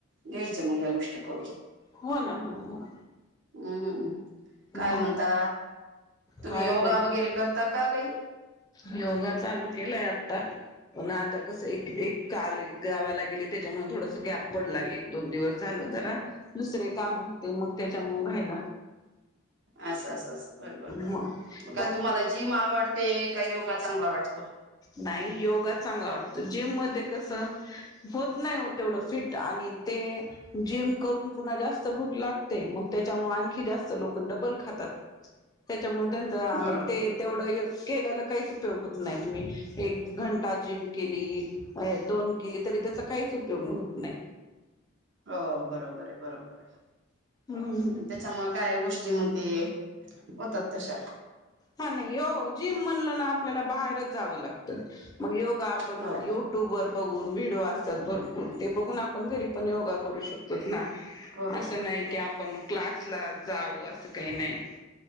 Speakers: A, on the right; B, on the left.
A: घ्यायच मग या गोष्टी करून
B: हो ना हो हो
A: हम्मम काय
B: मग
A: म्हणता तुम्ही
B: काही
A: योगा
B: नाही
A: वगैरे करता का काही
B: योगा चालू केलाय आता, पण आता कस एक काल गावाला गे -- त्याच्यामुळं थोडस गॅप पडला. एक दोन दिवस झालं जरा दुसरे काम होते मग त्याच्यामुळ राहिल.
A: असंं असं असं बर बर बर
B: मग
A: का
B: पण
A: तुम्हाला जिम आवड -- ते का योगा चांगला वाटतो.
B: नाही योगा चांगला वाटतो. जिम मध्ये कस होत नाही आ तेवढं फिट आणि ते जिम करून पुन्हा जात भूक लागते. मग त्याच्या आणखी जास्त लोकडबल खा तात. त्याच्यामुळ त्यांच
A: बरोबर
B: ते तेवढं केलेल काहीच उपयोग होत नाही. तुम्ही एक घंटा जिम केली. दोन केली. तरी त्याचा काहीच उपयोग होत नाही.
A: हो बरोबर हाय बरोबर हाय
B: हम्म
A: त्याच्यामुळे काय गोष्टी म्हण- - ते. होतात तशा
B: हा नाही हो जिम म्हणल ना आपल्याला बाहेरच -- जावं लागतं मग योगा आपण
A: हो
B: युट्युब वर बघून व्हिडिओ असत्यात भरपूर ते बघून आपण घरी पण योगा करू शकतो ना.
A: करू
B: असं
A: शकतो
B: नाही की आपण क्लासला जावं असं काही नाही.